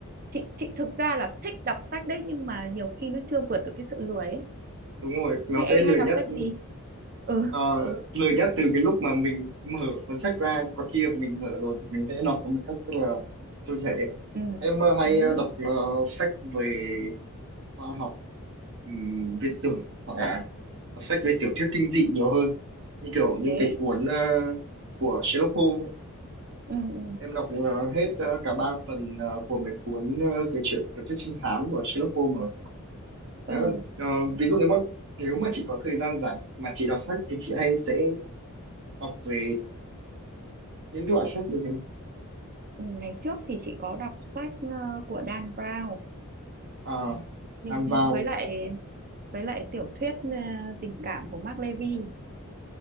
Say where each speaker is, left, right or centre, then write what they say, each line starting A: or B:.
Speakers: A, on the right; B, on the right.
A: Chị chị thực ra là thích đọc sách đấy nhưng mà nhiều khi nó chưa vượt được cái sự lười ấy.
B: đúng rồi, nó
A: Thế
B: sẽ
A: em
B: lười
A: hay đọc
B: nhất
A: sách gì? Ừ,
B: ờ, lười nhất từ cái lúc mà mình mở cuốn sách ra, còn khi mà mình mở rồi thì mình sẽ đọc nó một cách rất là trôi chảy.
A: ừ,
B: Em ờ, hay
A: đúng.
B: ờ, đọc ờ, sách về khoa học ừm, viết tưởng hoặc là đọc sách về tiểu thuyết kinh dị nhiều hơn như kiểu những
A: Thế.
B: cái cuốn ờ, của Sherlock Holmes ấy.
A: Ừ, ừ,
B: Em đọc ờ, hết ờ, cả ba phần ờ, của mấy cuốn ờ, về chuyện tiểu thuyết trinh thám của Sherlock Holmes rồi. Nếu
A: ừ.
B: còn ờ, ví dụ nếu mà nếu mà chị có thời gian rảnh mà chị đọc sách thì chị hay sẽ đọc về những cái loại sách như thế này.
A: ừ, Ngày trước thì chị có đọc sách ờ, của Dan Brown
B: À,
A: nhưng
B: làm vào.
A: với lại với lại tiểu thuyết ờ, tình cảm của Mark Levy